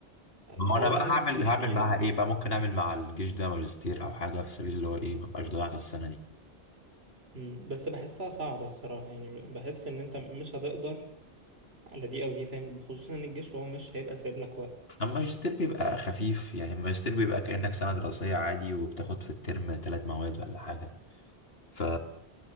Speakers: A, on the left; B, on the right.
A: ما
B: حوار
A: هو انا بقى
B: ان
A: هعمل
B: انت
A: هعمل
B: يعني
A: معاها ايه بقى ممكن اعمل مع الجيش ده ماجستير او حاجة في سبيل اللي هو ايه مبقاش ضيعت السنة دي
B: مم، بس بحسها صعبة الصراحة يعني بحس ان انت مش هتقدر على دي او دي فاهم خصوصا ان الجيش هو مش هيبقى سايب لك وقت
A: اما الماجستير بيبقى خفيف يعني الماجستير بيبقى كأنك سنة دراسية عادي وبتاخد في الترم ثلاث مواد ولا حاجة ف